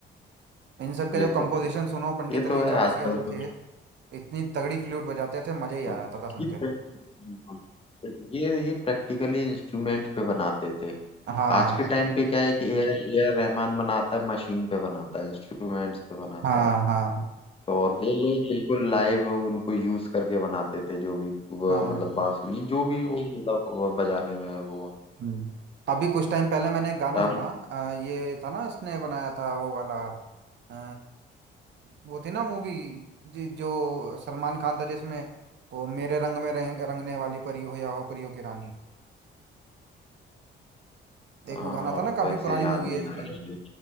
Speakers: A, on the right; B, on the left.
A: इन सब के
B: ये
A: जब
B: तो
A: कंपोजिशन
B: है
A: सुनो पंडित
B: ये
A: रवि
B: तो है
A: चौरसिया
B: आजकल
A: जो
B: तो
A: थे इतनी तगड़ी फ्लूट बजाते थे
B: बिल्कुल
A: मजा ही आ जाता था सुन
B: ये
A: के
B: प्रैक्टिकल ये ये प्रैक्टिकली इंस्ट्रूमेंट पे बनाते थे
A: हाँ
B: आज के टाइम पे क्या है कि ए आर रहमान बनाता है मशीन पे बनाता है इंस्ट्रूमेंट्स पे बनाता
A: हाँ
B: है
A: हाँ
B: तो और वो लोग बिल्कुल लाइव उनको यूज करके बनाते थे जो भी वो,
A: हाँ
B: मतलब बांसुरी जो भी वो मतलब वो बजाने में है वो
A: हम्म। अभी कुछ टाइम पहले मैंने एक गाना
B: अब
A: सुना अ, ये था ना इसने बनाया था वो वाला अ, वो थी ना मूवी जो सलमान खान था जिसमें वो मेरे रंग में रंग, रंगने वाली परी हो या हो परियों की रानी एक
B: हाँ,
A: वो गाना था ना काफी
B: वैसे
A: पुरानी
B: याद
A: मूवी
B: नहीं
A: है इसकी
B: आ रहा है